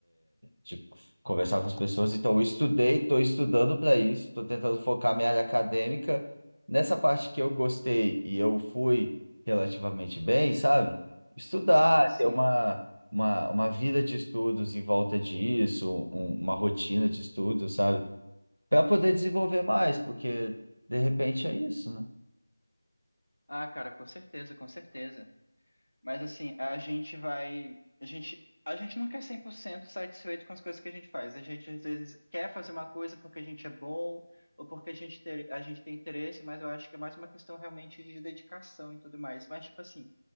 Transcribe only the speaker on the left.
sim, sim.
Ah, cara, com certeza, com certeza. Mas assim, a gente vai. A gente, a gente nunca é 100% satisfeito com as coisas que a gente faz. A gente às vezes quer fazer uma coisa porque a gente é bom ou porque a gente, ter, a gente tem interesse, mas eu acho que é mais uma questão realmente de dedicação e tudo mais. Mas, tipo assim,